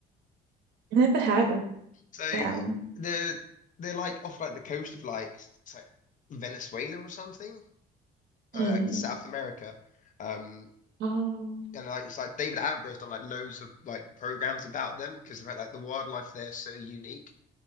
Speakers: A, on the right; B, on the left.
A: Never heard of
B: So uh,
A: them.
B: they're they're like off like the coast of like it's like Venezuela or something, uh,
A: Mm.
B: like South America. Um,
A: Oh,
B: and like it's like David Attenborough's done like loads of like programs about them because about like the wildlife there is so unique